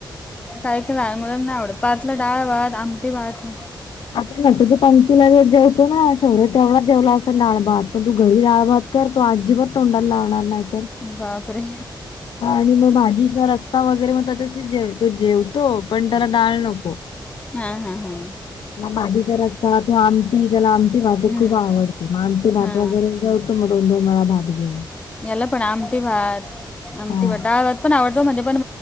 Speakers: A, on the left; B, on the left.
A: ऐक ना म्हणून नाय आवडत आणि मुलां नाही आवडत परतला डाळ भात आमटी भात
B: आपण ना तुझ्या पंक्तीला जेवतो ना शौर्य तेवढाच जेवला असेल डाळ भात पण तू घरी डाळ भात करतो अजिबात तोंडाला लावणार नाही तो
A: बापरे!
B: आणि मग भाजीचा रस्ता वगैरे मग त्याच्याशी जेवतो जेवतो पण त्याला डाळभात नको
A: हा हा हम...
B: ला भाजी जर असता तू आमटी त्याला आमटी भाते
A: हम्म
B: खूप आवडते मग आमटी भात
A: हा
B: वगैरे तु तो दोन वेळा भात घेऊ
A: याला पण आमटी भात आमटी
B: हा
A: बटा डाळ पण आवडतो म्हणज पण